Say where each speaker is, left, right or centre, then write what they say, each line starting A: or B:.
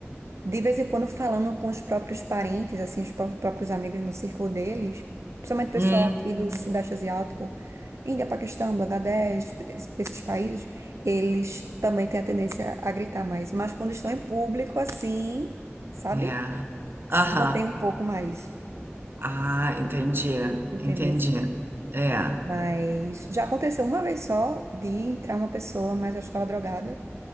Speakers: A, on the right; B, on the right.
A: de vez em quando falando com os próprios parentes, assim, os pró- próprios amigos no círculo deles, principalmente o pessoal
B: Hum,
A: aqui do Sudeste Asiático, Índia, Paquistão, Bangladesh, es- esses países, eles também têm a tendência a gritar mais. Mas quando estão em público, assim, sabe?
B: é.
A: Se
B: Aham.
A: contém um pouco mais,
B: Ah, entendi,
A: entendeu?
B: entendi. É.
A: Mas já aconteceu uma vez só de entrar uma pessoa, mas eu estava drogada.